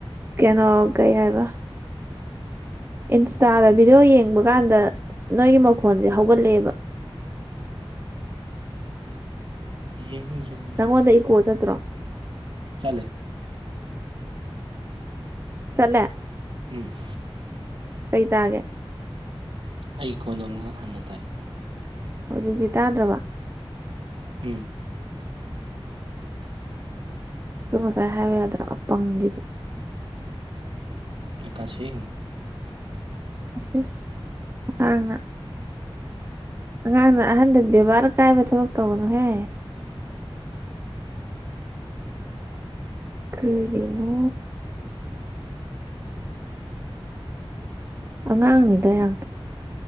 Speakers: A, on the right (about 25°); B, on the right (about 60°).
A: ꯀꯩꯅꯣ ꯀꯩ ꯍꯥꯏꯕ ꯏꯟꯁꯇꯥꯗ ꯚꯤꯗꯤꯑꯣ ꯌꯦꯡꯕ ꯀꯥꯟꯗ ꯅꯣꯏꯒꯤ ꯃꯈꯣꯟꯖꯦ ꯍꯧꯒꯠꯂꯦꯕ
B: ꯌꯦꯡꯉꯨ ꯌꯦꯡꯉꯨ
A: ꯅꯪꯉꯣꯟꯗ
B: ꯌꯦꯡꯉꯨ
A: ꯏꯀꯣ ꯆꯠꯇ꯭ꯔꯣ
B: ꯆꯂꯦ
A: ꯆꯠꯂꯦ
B: ꯎꯝ
A: ꯑꯩ ꯇꯥꯒꯦ
B: ꯑꯩꯒꯤ ꯀꯣꯂꯣꯝ ꯈꯛ ꯍꯟꯅ ꯇꯥꯏ
A: ꯍꯧꯖꯤꯛꯇꯤ ꯇꯥꯗ꯭ꯔꯕ
B: ꯎꯝ
A: ꯑꯗꯨ ꯉꯁꯥꯢꯅ ꯍꯥꯢꯌꯨ ꯌꯥꯗ꯭ꯔꯣ ꯑꯄꯪꯁꯤꯗꯤ
B: ꯍꯩꯀꯥꯁꯤꯡ
A: ꯢꯁ ꯢꯁ ꯑꯉꯥꯡꯅ ꯑꯉꯥꯡꯅ ꯑꯍꯟꯗ ꯕꯦꯕꯥꯔ ꯀꯥꯏꯕ ꯊꯕꯛ ꯇꯧꯒꯅꯨꯍꯦ ꯀꯔꯤꯅꯣ ꯑꯉꯥꯡꯅꯤꯗ ꯌꯥꯝ